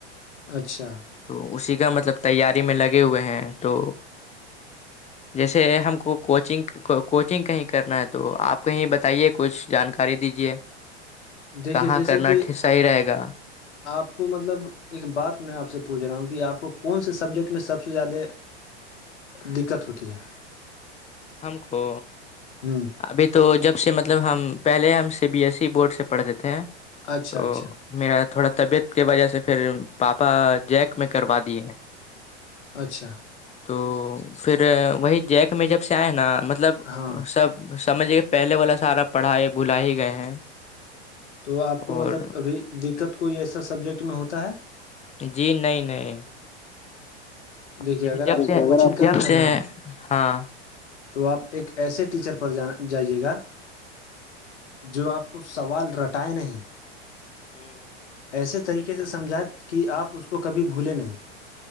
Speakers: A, on the left (about 80°); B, on the left (about 20°).
A: اچھا
B: تو اسی کا مطلب تیاری میں لگے ہوئے ہیں تو جیسے ہم کو کوچنگ کوچنگ کہیں کرنا ہے تو آپ <unintelligible> آ کہیں بتائیے کچھ جانکاری دیجے
A: دیکھیے
B: کہاں
A: جیسے
B: کرنا
A: کہ
B: صحیح رہے گا
A: آپ کو مطلب ایک بات میں آپ سے پوچھ رہا ہوں کہ آپ کو کون سے سبجیکٹ میں سب سے زیادہ دقت ہوتی ہے
B: ہم کو
A: ہ
B: ابھی تو جب سے مطلب ہم پہلے ہم C B S E board سے پڑھتے تھے
A: اچھا
B: تو
A: اچھا
B: میرا تھوڑا طبیعت کی وجہ سے پھر پاپا جیک میں کروا دی ہیں
A: اچھا
B: تو پھر وہی جیک میں جب ہے نا مطلب
A: ہاں
B: سب سمجھے کہ پہلے والا سارا پڑھائی بھلا ہی گئے ہیں
A: تو آپ کو مطلب
B: اور
A: ابھی دقت کوئی ایسا سبجیکٹ میں ہوتا ہے <unintelligible>
B: جی نہیں نہیں
A: دیکھیے
B: جے
A: اگر
B: جب
A: آپ کو
B: سے
A: کوچنگ کرنا
B: جب
A: ہے
B: سے
A: نا
B: ہاں
A: تو آپ ایک ایسے ٹیچر پر جا جائیے گا جو آپ کو سوال رٹائے نہیں
B: جی <unintelligible>
A: ایسے طریقے سے سمجھیں کہ آپ اس کو کبھی بھولیں نہیں